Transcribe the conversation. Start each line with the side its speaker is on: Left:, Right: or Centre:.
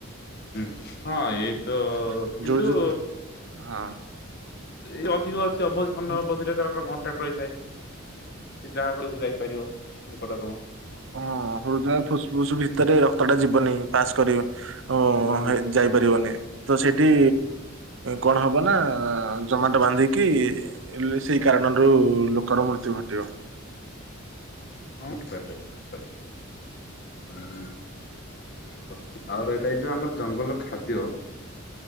Left: ଉଁ ହଁ
Right: ହୁଁ
Left: ଏଇ ତ କିନ୍ତୁ
Right: ଯୋଉ ଯୋଉ ହଁ।
Left: ଏଇ ଅଧିକ ଅଛି ଅବଧି ସମୟ
Right: ହଁ,
Left: ଅବଧିରେ ତାର କଣ୍ଟାକ୍ଟ ହେଇଥାଏ ସେ ଯାହା ଘରକୁ ଯାଇପାରିବ ନିକଟତମ
Right: ହୁଁ ହୃଦୟ ଫୁସ୍‌ଫୁସ୍‌ ଭିତରେ ରକ୍ତ ଟା ଯିବନି ପାସ୍ କରିବ ଓ
Left: ହୁଁ
Right: ହେ ଯାଇପାରିବନି ତ ସେଠି କଣ ହବ ନା ଜମାଟୋ ବାନ୍ଧିକି ଏଲେ ସେଇ କାରଣରୁ ଲୋକର ମୃତ୍ୟୁ ଘଟିବ।
Left: ହଁ ତା ତାରି ହଁ। <unintelligible> ହଚ୍ ଆଉ ରହିଲା ଏଇ ଯୋଉ ଆମର ଜଙ୍ଗଲ ଖାଦ୍ୟ।